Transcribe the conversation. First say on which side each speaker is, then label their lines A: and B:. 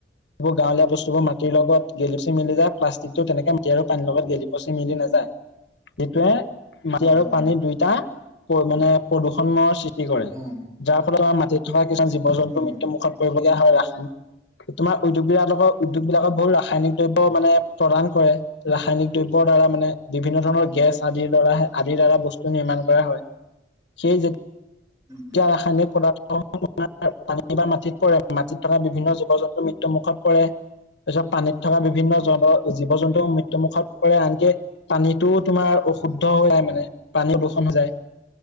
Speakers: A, on the left; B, on the right.
A: এইবোৰ গাঁৱলীয়া বস্তু বোৰ মাটিৰ লগত গেলি, পচি, মিলি যায় প্লাষ্টিক টো তেনেকে মাটি আৰু পানীৰ লগত গেলি, পচি, মিলি নাযায়। যিটোৱে মাটি আৰু
B: উম উম
A: পানীৰ দুইটা মানে প্ৰদূষণৰ সৃষ্টি কৰে।
B: উম উম
A: যাৰ ফলত আমাৰ মাটিত থকা কিছুমান জীৱ-জন্তুৰ
B: উম
A: মৃত্যুমুখত পৰিলগীয়া হয় ৰাসায়ন তোমাৰ উদ্যোগবিলাকৰ, উদ্যোগবিলাকত বহুত ৰাসায়নিক দ্ৰব্য মানে প্ৰদান কৰে। ৰাসায়নিক দ্ৰব্যৰ দ্বাৰা মানে বিভিন্ন ধৰণৰ
B: উম উম
A: গেছ আদিৰ দ্বাৰা, আদিৰ দ্বাৰা বস্তু নিৰ্মাণ কৰা হয় সেই যে
B: উম, উম।
A: এতিয়া ৰাসায়নিক পদাৰ্থ পানী বা মাটিত পৰে মাটিত থকা বিভিন্ন জীৱ-জন্তু মৃত্যু মুখত পৰে। তাৰপিছত পানীত থকা বিভিন্ন জল জীৱ-জন্তু মৃত্যুমুখত পৰে আনকি পানীটো তোমাৰ অশুদ্ধ হৈ আহে মানে পানীও, দূষণ হৈ যায়।